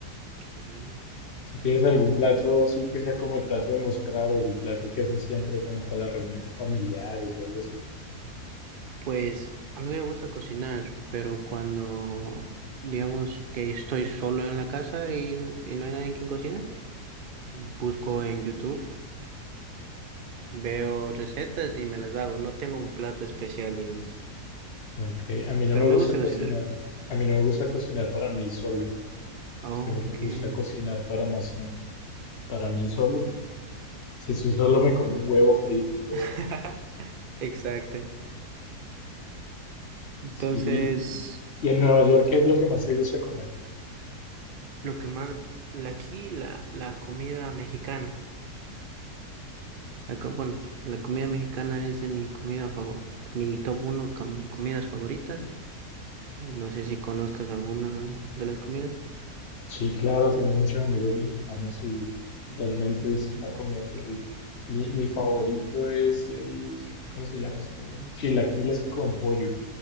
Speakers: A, on the right (about 60°); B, on the left (about 50°).
A: Ok.
B: ¿Tú tienes algún plato así que sea como el plato de mostrar, el plato que haces siempre como para las reuniones familiares o algo así?
A: Pues a mí me gusta cocinar, pero cuando digamos que estoy solo en la casa y, y no hay nadie quien cocine, busco en YouTube Veo recetas y me las hago. No tengo un plato especial, digamos.
B: Aunque a mí no
A: Pero
B: me
A: me
B: gusta
A: gusta
B: cocinar.
A: cocinar.
B: A mí no me gusta cocinar para mí solo.
A: Oh,
B: Siempre
A: ok.
B: me gusta cocinar para más gente. Para mí solo no. Si sí,
A: Ujú.
B: solo me como un huevo frito y ya
A: <laughs>
B: está.
A: Exacto. Entonces,
B: Sí, y y en Nueva York, ¿qué es lo que más te gusta comer?
A: lo que más, la- aquí la, la comida mexicana. La co- bueno, la comida mexicana es de mi comida favor, de mi top 1 comidas favoritas. Eh, No sé si conozcas alguna de las comidas.
B: Sí, claro, tengo muchos amigos mexicanos y realmente es una comida muy rica. Mi, mi favorito
A: Claro.
B: es el, ¿cómo se llama esto? Chilaquiles con pollo.